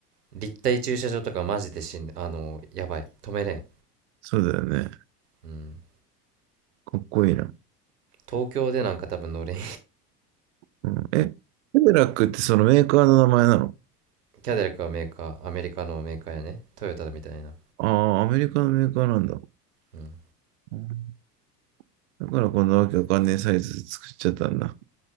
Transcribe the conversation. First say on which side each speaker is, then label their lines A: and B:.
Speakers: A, on the right (about 70°); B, on the right (about 50°).
A: 立体駐車場とかマジでしんあのやばい止めれん
B: そうだよね。
A: うん
B: かっこいいな。
A: 東京でなんか多分乗れん
B: うん、え、セブラックってそのメーカーの名前なの
A: <laughs> キャデラックはメーカーアメリカのメーカーやねトヨタみたいな
B: ああー、アメリカのメーカーなんだ。
A: うん
B: うんだからこんなわけわかんねえサイズ作っちゃったんだ。